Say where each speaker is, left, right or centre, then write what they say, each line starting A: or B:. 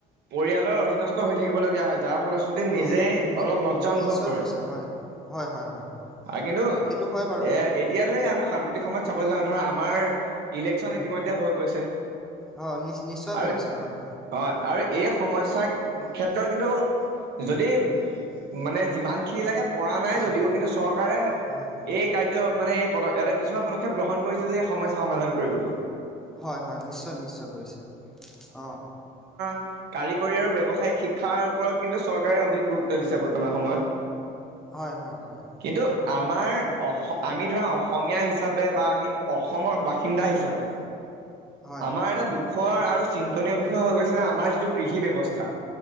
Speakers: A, on the right (about 70°); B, in the centre.
A: পৰিয়ালৰ অধীনস্থ হৈ থাকিবলগীয়া হয়, যাৰ ফলশ্ৰুতি নিজেই
B: অ নি
A: অলপ লজ্জা অনুভৱ
B: নিশ্চয়
A: কৰে।
B: হৈছে হয় হয় হয় হয়
A: কিন্তু,
B: সেইটো হয় বাৰু
A: এ এতিয়া ধৰি আমি সাম্প্ৰতিক সময়ত চাবলৈ যাওঁ, ধৰা আমাৰ ইলেকশ্যন
B: উম
A: ইতিমধ্যে হৈ গৈছে,
B: হয় নি নিশ্চয়
A: আৰু
B: হৈ গৈছে হয়
A: অ আৰু এই সমস্যাৰ ক্ষেত্ৰত কিন্তু, যদি মানে যিমানখিনি লাগে পৰা নাই
B: হয়
A: যদিও, কিন্তু চৰকাৰে
B: হয়
A: এই কাৰ্য <unintelligible> মানে এই পদত কিছুমান পদক্ষেপ গ্ৰহণ কৰিছে যে সমস্যা সমাধান কৰিবলৈ।
B: হয়-হয়, নিশ্চয়-নিশ্চয় কৰিছে, অ'হ
A: কাৰি <unintelligible> কাৰিকৰী আৰু ব্যৱসায়িক শিক্ষাৰ ওপৰত কিন্তু চৰকাৰে অধিক গুৰুত্ব দিছে বত বৰ্তমান সময়ত।
B: হয়-হয়-হয়
A: কিন্তু আমাৰ অস, আমি ধৰা অসমীয়া হিচাপে বা আমি অস অসমৰ বাসিন্দা হিচাপে,
B: হয়
A: আমাৰ এটা দুখৰ আৰু চিন্তনীয় বিষয় হৈ গৈছিলে আমাৰ যিটো কৃষি ব্যৱস্থা,